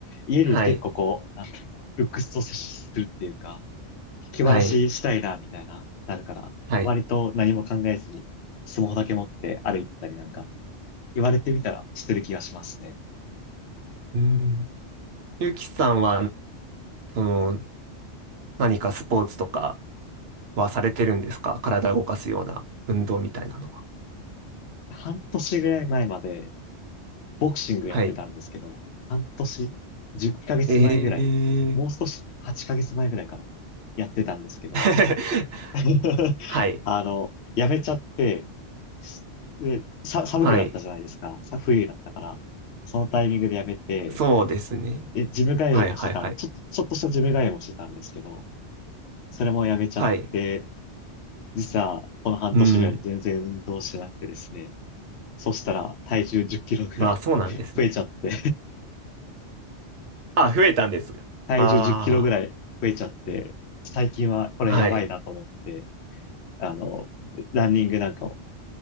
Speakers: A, on the left; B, on the right.
A: 家にいると結構こう、
B: はい。
A: なんていうんだ、鬱屈と接するっていうか、気晴らししたいな、
B: はい。
A: みたいな、なるから、
B: はい。
A: 割と何も考えずに、スマホだけ持って歩いたりなんか、言われてみたらしてる気がしますね。
B: うん。ゆきさんは、その、何かスポーツとかはされてるんですか体を動かすような運動みたいなのは。
A: 半年ぐらい前まで、ボクシングやってたんですけど、
B: はい。
A: 半年、10ヶ月前ぐらい、
B: ええ
A: もう少し、8ヶ月前ぐらいかな、やってたんですけど、
B: <laughs>
A: <laughs>
B: はい。
A: あの、やめちゃって、すで、さ、寒くなったじゃないですか。
B: はい。
A: さ、冬になったから。そのタイミングでやめて、
B: そうですね。
A: で、ジム通いもしてたん、
B: はい、はい、はい。
A: ちょっと、ちょっとしたジム通いもしてたんですけど、それもやめちゃって、
B: はい。
A: 実はこの半年ぐらい全然運動してなくてですね。
B: うん。
A: そしたら体重10キロぐらい
B: まあ、そうなんですね。
A: <laughs> 増えちゃって、
B: あ、増えたんですが。
A: 体重10キロぐらい増えちゃって、
B: あ
A: 最近はこれやばいなと思って、
B: あ、はい。
A: あの、ランニングなんかを